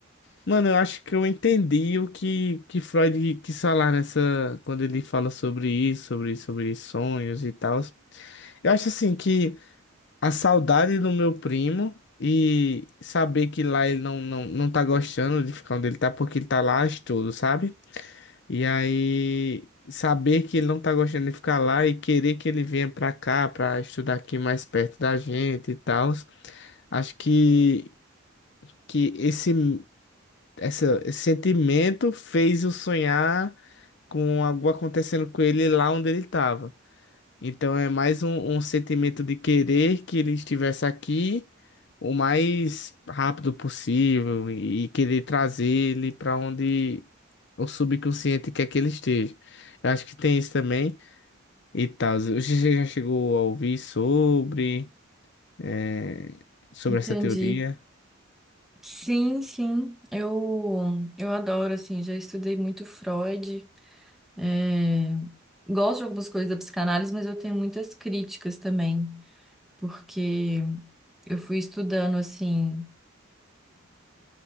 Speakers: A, on the left; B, in the centre.
A: mano, eu acho que eu entendi o que, que Freud quis falar nessa, quando ele fala sobre isso, sobre, sobre sonhos e tal. Eu acho assim que a saudade do meu primo e saber que lá ele não, não, não tá gostando de ficar onde ele tá, porque ele tá lá a estudo, sabe? E aí, saber que ele não tá gostando de ficar lá e querer que ele venha pra cá pra estudar aqui mais perto da gente e tal. Acho que, que esse, essa- esse sentimento fez eu sonhar com algo acontecendo com ele lá onde ele tava. Então é mais um, um sentimento de querer que ele estivesse aqui o mais rápido possível e, e querer trazer ele pra onde o subconsciente quer que ele esteja. Eu acho que tem isso também e tal. Você já chegou a ouvir sobre, eh, sobre
B: Entendi.
A: essa teoria?
B: Sim, sim. Eu eu adoro assim, já estudei muito Freud. É, gosto de algumas coisas da psicanálise, mas eu tenho muitas críticas também, porque eu fui estudando assim,